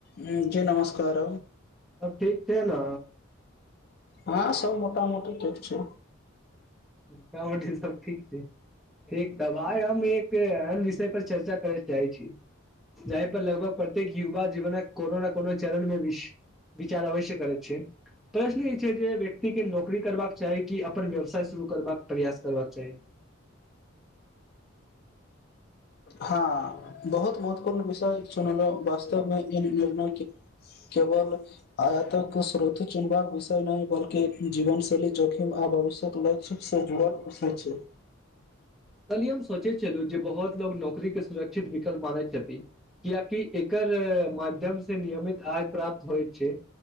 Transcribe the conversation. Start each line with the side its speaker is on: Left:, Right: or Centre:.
Left: ह जी नमस्कार
Centre: सब ठीक छै ने
Left: हँ सब मोटा मोटी ठीक छै
Centre: सब ठीक छै ठीक तब आइ हम एक एन विषय पर चर्चा जाइ छी यही पर लगभग प्रत्येक युवा जीवनक कोनो ने कोनो चरण मे विश विचार अवश्य करै छै प्रश्न जे व्यक्ति के नौकरी करबाक चाही कि अपन व्यवसाय शुरू करबाक प्रयास करबाक चाही
Left: हँ बहुत महत्वपूर्ण विषय चुनलहुँ वास्तवमे इन योजनाके केवल आयत को स्रोत चुन्बाक विषय नहि बल्कि जीवनशैली जोखिम आ पोषक लक्ष्य से जुड़ल पक्ष छै
Centre: काल्ही हम सोचे छलहुँ जे बहुत लोको नौकररीे सुरक्षित विकल्प मानैत छथिन कियकि एकर माध्यम से नियमित आय प्राप्त होइ छै